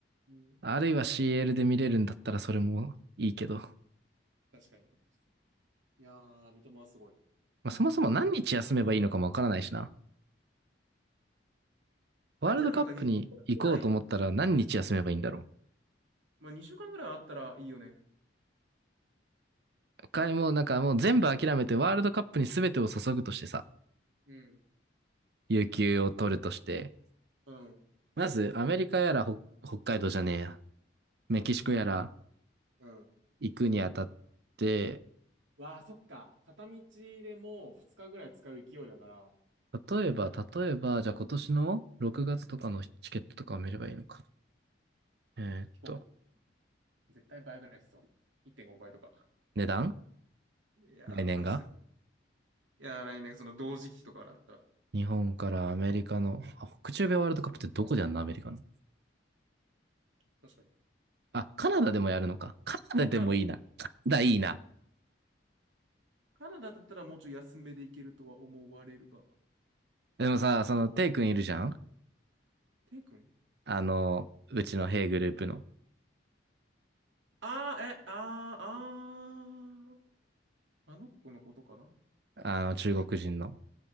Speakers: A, on the right; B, on the right.
A: ううんあの、
B: あるいは CL で見れるんだったらそれもいいけど。ま
A: 確かに。いやー、三笘はすごい。
B: あ、そもそも何日休めばいいのかもわからないしな。ワールドカップに行こうと思ったら何日休めばいいんだろ
A: あいつらなんか2週間ぐらい、まあ2週間ぐらいあったらいいよね。
B: う。かもうなんかもう全部諦めてワールドカップに全てを注ぐとしてさ、
A: ざっくり。うん。
B: 有給を取るとして、
A: うん。
B: まずアメリカやら北北海道じゃねえや、メキシコやら
A: うん。
B: 行くにあたって、
A: わあ、そっか。片道でもう2日ぐらい使う勢いだから、
B: 例えば、例えば、じゃあ今年の6月とかのチケットとかを見ればいいのか。えーっと、
A: 飛行機絶対倍ぐらいしそう。1.5倍とか。
B: 値段
A: いやー、
B: 来年が
A: すいやー来年その同時期とかだったら。
B: 日本からアメリカの、あ、北中米ワールドカップってどこでやんのアメリカの。
A: 確かに。
B: あ、カナダでもやるのか。カナダでもいいな。
A: あ、カナダ
B: カナダいいな。
A: カナダだったらもうちょい安めで行けるとは思われるが。
B: でもさ、その、テイ君いるじゃん
A: テイ君
B: あの、うちのヘイグループの、
A: ああ、え、ああ、あーあの子のことかな
B: あの、中国人の。